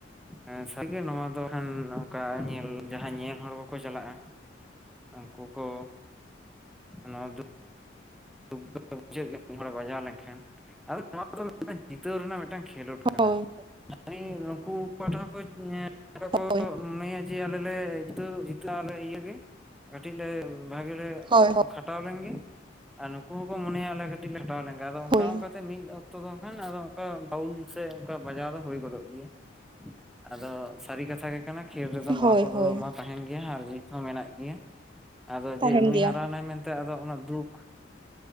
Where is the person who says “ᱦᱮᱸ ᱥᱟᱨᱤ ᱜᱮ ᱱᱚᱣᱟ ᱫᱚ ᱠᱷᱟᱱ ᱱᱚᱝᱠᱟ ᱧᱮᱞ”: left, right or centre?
Centre